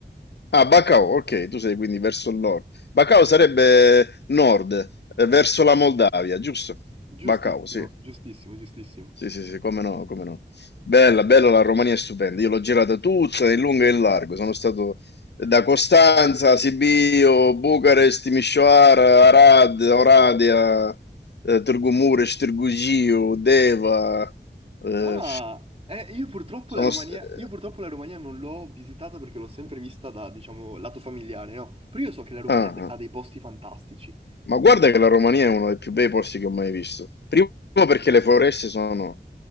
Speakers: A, on the left (about 70°); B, on the right (about 35°).
A: Ah, Bacău, ok, tu sei quindi verso il nord. Bacău sarebbe nord, eh, verso la Moldavia, giusto?
B: Giustissimo,
A: Bacău, sì.
B: giustissimo, giustissimo.
A: Sì, sì, sì, come no, come no. Bella, bella, la Romania è stupenda. Io l'ho girata tutta in lungo e in largo. Sono stato da Costanza, Sibiu, Bucarest, Timișoara, Arad, Oradea, eh, Târgu Mureș, Târgu Jiu, Deva. eh,
B: Ma eh, io purtroppo
A: sono,
B: la Romania,
A: st-
B: io purtroppo la Romania non l'ho visitata perché l'ho sempre vista da, diciamo, lato familiare, no? Però io so che la Romania
A: ah,
B: ha de- ha
A: ah.
B: dei posti fantastici.
A: Ma guarda che la Romania è uno dei più bei posti che ho mai visto. Primo perché le foreste sono,